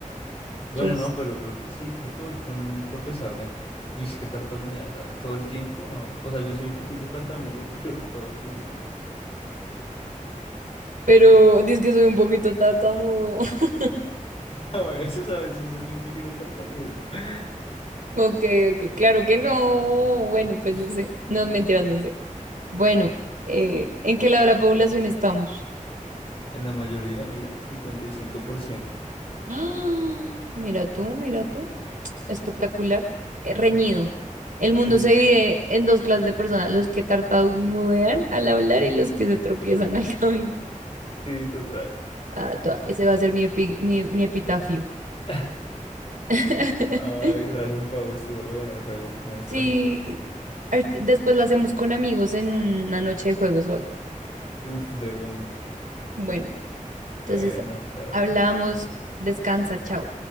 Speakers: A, on the left; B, on the right.
A: Bueno,
B: Yo s-
A: no, pero creo que sí, creo que voy con tropezarme. Uy, es que tartamudear ah, todo el tiempo, ¿no? O sea, yo soy un poquito tartamudo, <laughs> pero todo el tiempo. no.
B: Pero dices que soy un poquito tartamudo. <laughs>
A: A veces, a veces soy un poquito tartamudo. <laughs>
B: Ok, ok, claro que no.
A: Ah,
B: Bueno, pues
A: <laughs>
B: no sé. No, mentiras, no sé. Bueno, eh, ¿en qué lado de la población estamos?
A: En la mayoría, mira, 55%.
B: <gasps> ¡Ah! Mira tú, mira tú. espectacular,
A: Ah,
B: eh, reñido.
A: <laughs>
B: El mundo se
A: Sí,
B: divide en dos clases de personas, los que tartamudean al hablar y los que se tropiezan al <laughs> camino.
A: sí, total.
B: Ah, toda- ese va a ser mi, epi- mi, mi epitafio.
A: <laughs>
B: <laughs>
A: Ay, gracias, Pau. Estuvo re bueno el juego. Me distrajiste.
B: Sí,
A: re-
B: art- después la hacemos con amigos en una noche de juegos o algo.
A: Uf, de una.
B: Bueno,
A: Bueno,
B: entonces
A: chao.
B: hablamos, descansa, chao.